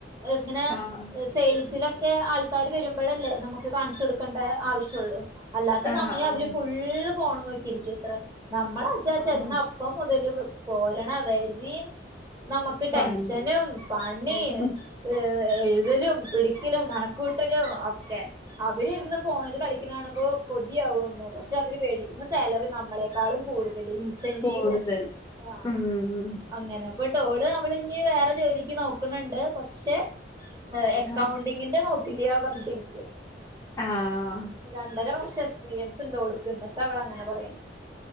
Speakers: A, on the right; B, on the left.
A: എങ്ങനെ
B: ആഹ്
A: <unintelligible> സെയിൽസിലൊക്കെ ആൾക്കാര് വരുമ്പോഴല്ലേ നമുക്ക് കാണിച്ചു കൊടുക്കേണ്ട ആവശ്യമുള്ളു അല്ലാത്ത
B: ആഹ്
A: സമയം
B: ആഹ്
A: അവര് ഫുള്ള് ഫോണ് നോക്കിയിരിക്കത്രേ നമ്മളാച്ച
B: ആഹ്
A: ചെന്ന ഇപ്പം മുതല് പോരണ വെരിം നമുക്ക് ടെൻഷനും,
B: പണി
A: പണിം
B: ഉം
A: ഏ എഴുതലും, പിടിക്കലും, കണക്കൂട്ടലും ഒക്കെ അവരിരുന്ന് ഫോണിൽ കളിക്കുന്ന കാണുമ്പോൾ കൊതിയാവുന്ന് പക്ഷെ അവര് മേടിക്കുന്ന സാലറി നമ്മളെക്കാളും കൂടുതല് ഇൻസെന്റീവും
B: കൂടുതൽ
A: ആഹ്.
B: ഉം.
A: അങ്ങനെ അപ്പൊ ഡോള് അവള് ഇനി വേറെ ജോലിക്ക് നോക്കുന്നുണ്ട് പക്ഷെ. അക്കൗണ്ടിങ്ങിന്റെ
B: ആഹ്.
A: നോക്കില്ല്യ പറഞ്ഞിട്ടിരിക്ക്യ
B: ആഹ്
A: രണ്ടര വർഷം എക്സ്പീരിയൻസ് ഒണ്ട് ഓൾക്ക് ഇന്ന് എന്നിട്ട് അവൾ അങ്ങനെ പറയണേ.